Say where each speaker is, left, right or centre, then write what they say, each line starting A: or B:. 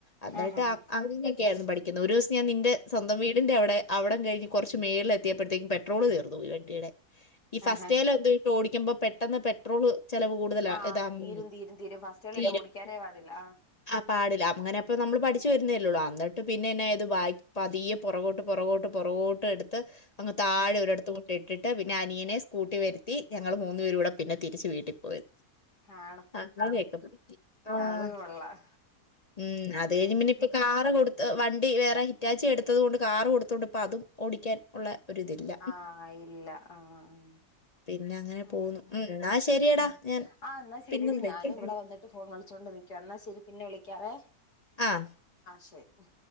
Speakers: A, on the left (about 35°); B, on the left (about 90°).
A: അന്നിട്ട്
B: ആഹ് ആഹ്
A: അങ്ങിനെക്കെയാര്ന്നു പഠിക്കുന്നേ ഒരു ദിവസം ഞാൻ നിന്റെ സ്വന്തം വീട്ട ടിന്റെവിടെ അവിടം കഴിഞ്ഞ് കൊറച്ച് മേളിലെത്തിയപ്പയത്തേക്കും പെട്ട് പെട്രോള് തീർന്നു പോയി വണ്ടിടെ ഈ ഫസ്റ്റയിൽ
B: ആഹ്
A: എന്തോ ഇട്ട് ഓടിക്കുമ്പോ പെട്ടെന്ന് പെട്രോള് ചെലവ് കൂടുതലാ
B: ആഹ്
A: ഇതാണെങ്കിൽ
B: തീരും തീരും തീരും ഫസ്റ്റ്കൾ
A: തീരും
B: ഇട്ട് ഓടിക്കാനേ പാടില്ല ആഹ്
A: ആ പാടില്ല അങ്ങനെപ്പൊ നമ്മള് പഠിച്ചു വരുന്നേല്ലള്ളൂ അന്നിട്ട് പിന്നെ എന്ന ചെയ്തു ബായ് പതിയെ- പൊറകോട്ട് പൊറകോട്ട് പൊറവോട്ട് എടുത്ത് അങ്ങ് താഴെ
B: ഉം
A: ഒരിടത്ത് കൊണ്ടൊയിട്ടിട്ട് പിന്നെ അനിയനെ സ്കൂട്ടി വരുത്തി ഞങ്ങള് മൂന്ന്പേരൂടെ- പിന്നെ തിരിച്ച് വീട്ടിൽ പോയി
B: ആണോ
A: അങ്ങനെയൊക്കെ പറ്റി ആഹ്
B: അത് കൊള്ളാം
A: ഉം അത്കഴിഞ്ഞ് പിന്നെ ഇപ്പ- കാറ് കൊടുത്ത് വണ്ടി വേറെ ഹിറ്റാച്ചി എടുത്തതുകൊണ്ട് കാറ് കൊടുത്തകൊണ്ട് ഇപ്പൊ അതും ഓടിക്കാൻ ഉള്ള ഒരുതില്ല.
B: ആഹ് ഇല്ല ആഹ് ഉം
A: പിന്നെ അങ്ങനെ
B: ഉം
A: പോകുന്നു എന്നാൽ ശരിയെടാ
B: ഉം
A: ഞാൻ
B: ആ ന്നാ ശരിയടി
A: പിന്നെ വിളിക്കാം
B: ഞാനും ഇവിടെ വന്നിട്ട് ഫോൺ വിളിച്ചോണ്ട് നിക്കുവാ എന്നാ ശരി പിന്നെ വിളിക്കാവേ
A: ആഹ്
B: ശരി ഉം